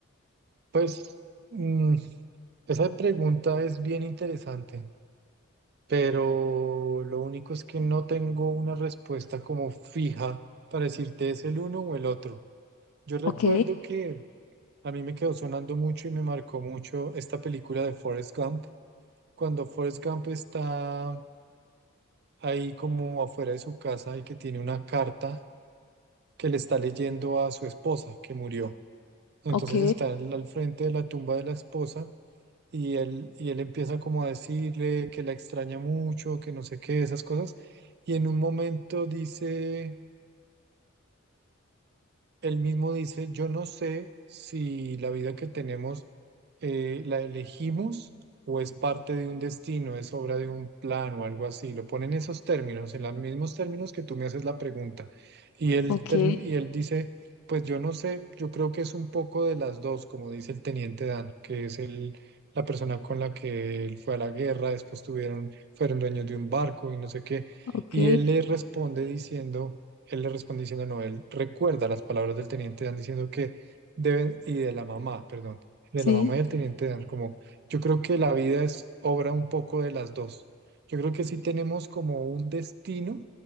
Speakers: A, on the right (about 50°); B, on the left (about 85°).
A: Pues mm, esa pregunta es bien interesante, pero lo único es que no tengo una respuesta como fija para decirte es el uno o el otro. Yo recuerdo
B: Ok,
A: que a mí me quedó sonando mucho y me marcó mucho esta película de Forrest Gump. cuando Forrest Gump está ahí como afuera de su casa y que tiene una carta que le está leyendo a su esposa que murió. Entonces
B: ok,
A: está él al frente de la tumba de la esposa y él, y él empieza como a decirle que la extraña mucho, que no sé qué, esas cosas. Y en un momento dice... Él mismo dice, yo no sé si la vida que tenemos eh, la elegimos o es parte de un destino, es obra de un plan o algo así. Lo pone en esos términos, en los mismos términos que tú me haces la pregunta. Y él,
B: ok,
A: term- y él dice, pues yo no sé, yo creo que es un poco de las dos, como dice el teniente Dan, que es el, la persona con la que él fue a la guerra, después tuvieron, fueron dueños de un barco y no sé qué.
B: ok,
A: Y él le responde diciendo... Él le responde diciendo, no, él recuerda las palabras del teniente Dan diciendo que deben, y de la mamá, perdón, de
B: sí,
A: la mamá y del teniente Dan, como yo creo que la vida es obra un poco de las dos. Yo creo que sí tenemos como un destino,